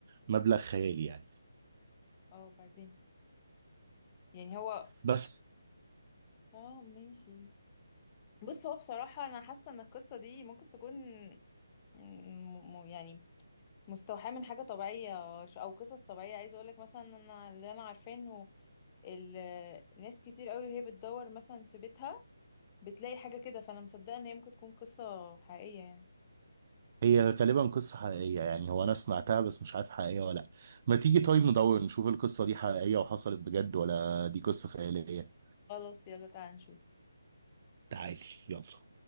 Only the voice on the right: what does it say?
بمبلغ خيالي يعني
بس
هي غالبا قصة حقيقية يعني هو أنا سمعتها بس مش عارف حقيقية ولا لأ ما تيجي طيب ندور نشوف القصة دي حقيقية وحصلت بجد ولا دي قصة خيالية
تعالي يلا